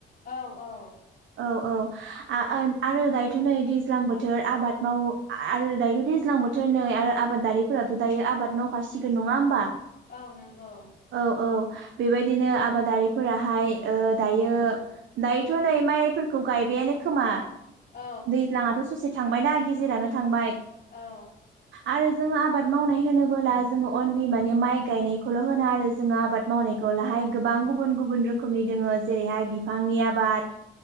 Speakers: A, on the left; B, on the right.
A: औ औ।
B: औ औ आ ओ आरो दायोथ' नै दैज्लां बोथोर आबाद मावो आ-आरो दायोथ' दैज्लां बोथोर नै आरो आबादारिफोराथ' दायो आबाद मावखासिगोन नङा होमबा?
A: औ नंगौ।
B: औ औ बेबायदिनो आबादारिफोराहाय ओ दायो ओ दायोथ' नै माइफोरखौ गायबायानो खोमा
A: औ
B: दैज्लाङाथ' ससे थांबायना गेजेरानो थांबाय।
A: औ।
B: आरो जोङो आबाद मावनाय होनोबोला जोङो अनलि माने माइ गायनायखौल' होना आरो जोङो आबाद मावनाय लाहाय गोबां गुबुन गुबुन रोखोमनि दोङो। जेरैहाय बिफांनि आबाद,